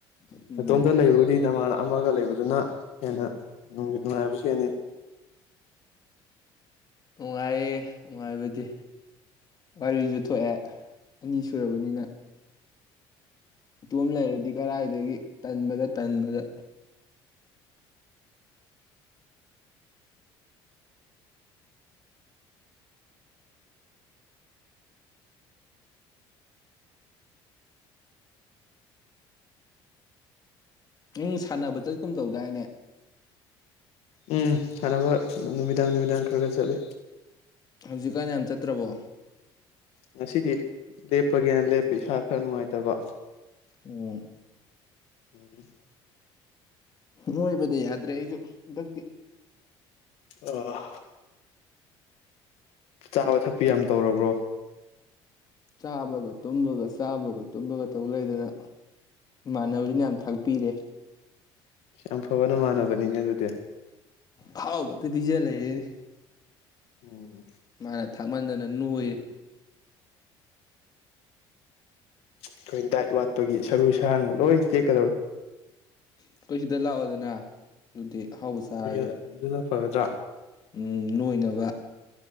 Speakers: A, on the left (about 40°); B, on the left (about 75°).
A: ꯎꯝ
B: ꯅꯇꯣꯝꯗꯥ ꯂꯩꯕꯕꯨꯗꯤ ꯅ ꯃꯥ ꯑꯃꯒꯥ ꯂꯩꯕꯗꯨꯅ ꯍꯦꯟꯅ ꯅꯨꯡ ꯅꯨꯡꯉꯥꯏꯕꯁꯨ ꯍꯦꯟꯅꯤ
A: ꯅꯨꯡꯉꯥꯏꯌꯦ ꯅꯨꯡꯉꯥꯏꯕꯗꯤ ꯋꯥꯔꯤꯁꯨ ꯊꯣꯛꯑꯦ ꯑꯅꯤ ꯁꯨꯔꯕꯅꯤꯅ ꯏꯇꯣꯝ ꯂꯩꯔꯗꯤ ꯀꯔꯥꯏꯗꯒꯤ ꯇꯟꯕꯗ ꯇꯟꯕꯗ ꯅꯪ ꯁꯥꯟꯅꯕ ꯆꯠ ꯀꯨꯝ ꯇꯧꯗꯥꯏꯅꯦ
B: ꯎꯝ ꯁꯥꯟꯅꯕ ꯅꯨꯃꯤꯗꯥꯡ ꯅꯨꯃꯤꯗꯥꯡ ꯈꯔ ꯈꯔ ꯆꯠꯂꯤ꯫
A: ꯍꯧꯖꯤꯛꯀꯥꯟ ꯌꯥꯝ ꯆꯠꯇ꯭ꯔꯕꯣ꯫
B: ꯉꯁꯤꯗꯤ ꯂꯦꯞꯄꯒꯦꯅ ꯂꯦꯞꯄꯤ ꯏꯁꯥ ꯈꯔ ꯅꯨꯡꯉꯥꯏꯇꯕ
A: ꯎꯝ꯫
B: <unintelligible>
A: ꯅꯣꯏꯕꯗ ꯌꯥꯗ꯭ꯔꯦ ꯑꯩꯁꯨ ꯍꯟꯗꯛꯇꯤ
B: ꯑꯥ ꯆꯥꯕ ꯊꯛꯄꯤ ꯌꯥꯝ ꯇꯧꯔꯕ꯭ꯔꯣ꯫
A: ꯆꯥꯕꯒ ꯇꯨꯝꯕꯒ ꯆꯥꯕꯒ ꯇꯨꯝꯕꯒ ꯇꯧ ꯂꯩꯗꯅ꯫ ꯏꯃꯥꯟꯅꯕꯁꯤꯅ ꯌꯥꯝ ꯊꯥꯛꯄꯤꯔꯦ꯫
B: ꯌꯥꯝ ꯐꯕꯥ ꯅꯃꯥꯟꯅꯕꯅꯤꯅꯦ ꯑꯗꯨꯗꯤ
A: ꯑꯍꯥꯎꯕꯇꯥ ꯄꯤꯖꯥ ꯂꯩꯔꯦꯅꯦ꯫
B: ꯎꯝ꯫
A: ꯃꯥꯅ ꯊꯥꯛꯃꯟꯗꯅ ꯅꯣꯏꯔꯦ꯫
B: ꯑꯩꯈꯣꯏꯅ ꯗꯥꯏꯠ ꯋꯥꯠꯄꯒꯤ ꯁꯔꯨ ꯁꯔꯥꯡꯒ ꯂꯣꯏꯅ ꯇꯦꯛꯀꯗꯧꯔꯦ꯫
A: ꯑꯩꯈꯣꯏ ꯁꯤꯗ ꯂꯥꯛꯑꯣꯗꯅ ꯑꯗꯨꯗꯤ ꯑꯍꯥꯎꯕ ꯆꯥꯔꯁꯦ꯫
B: ꯅꯣꯏꯒ ꯑꯗꯨꯅ ꯐꯔꯗ꯭ꯔꯥ꯫
A: ꯎꯝ ꯅꯣꯏꯅꯕ